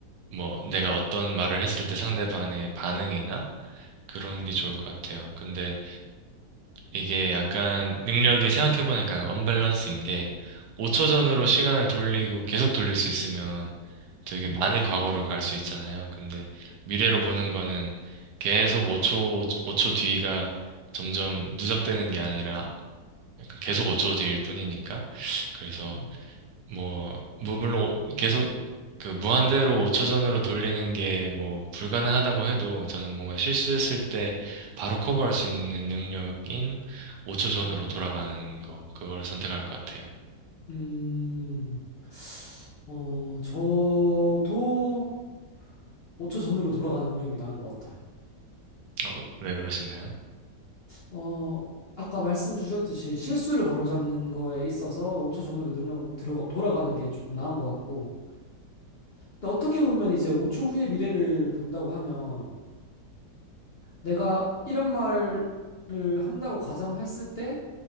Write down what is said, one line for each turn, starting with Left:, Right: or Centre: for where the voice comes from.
Right: 뭐 내가 어떤 말을 했을 때 상대방의 반응이나 그런 게
Left: 음,
Right: 좋을 것 같아요. 근데 이게 약간 능력이 생각해보니까 언밸런스인 게 5초
Left: 음,
Right: 전으로 시간을 돌리고 계속 돌릴 수 있으면 되게
Left: 음,
Right: 많이 과거로 갈 수 있잖아요. 근데 미래로 보는 거는 계속 5초, 5초 뒤가 점점 누적되는 게 아니라 약간 계속
Left: 음,
Right: 5초 뒤일 뿐이니까. 그래서
Left: 음,
Right: 뭐, 뭐 물론 계속 그 무한대로 5초 전으로 돌리는 게 뭐 불가능하다고 해도 저는 뭔가 실수했을 때 바로 커버할 수 있는 능력인 5초 전으로
Left: 음.
Right: 돌아가는 거, 그걸 선택할 것 같아요.
Left: 음, 어, 저도 5초 전으로 돌아가는 능력이 나은 것 같아요.
Right: 어, 왜 그러신가요?
Left: 어, 아까 말씀 주셨듯이 실수를 바로잡는 거에 있어서 5초 전으로 늘어, 들어, 돌아가는 게 조금 나은 것 같고. 근데 어떻게 보면 이제 5초 후의 미래를 본다고 하면 내가 이런 말을 한다고 가정했을 때